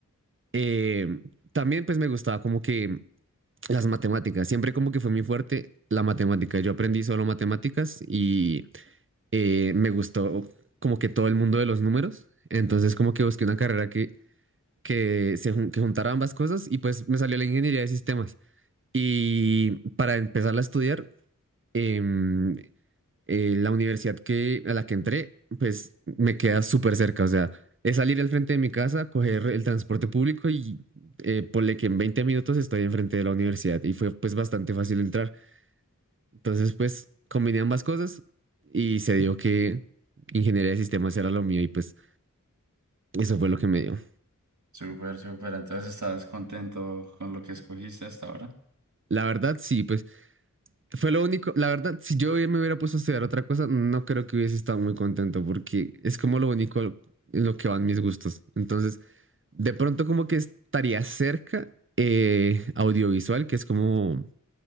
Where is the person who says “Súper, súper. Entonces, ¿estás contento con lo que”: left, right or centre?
Right